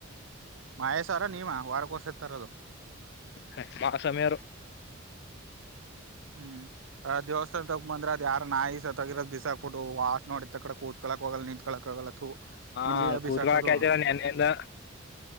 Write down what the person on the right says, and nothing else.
ಮಹೇಶ್ ಅವರ ನೀವ ವಾರಕ್ಕ ಒನ್ಸ್ ಸಾರಿ ತರೋದು
ಹ್ಮ್ ದೇವಸ್ಥಾನ ತಗ ಬಂದ್ರೆ ಅದ್ ಯಾರೊ ನಾಯಿ ಸತೊಗಿರೊದು ಬಿಸಾಕ್ಬಿಟ್ಟು ವಾಸನೆ ಒಡಿದತ್ತ ದತ್ತ ಕೂತ್ಕೊಂಡ್ ಕೂತ್ಕೋಳಕ್ಕೆ ಆಗಲ್ಲ ನಿತ್ಕಳಕ್ ಆಗಲ್ಲ ಥೂ ಇಲ್ಲಿ
ಎಂ ಬೀಸಾಕದು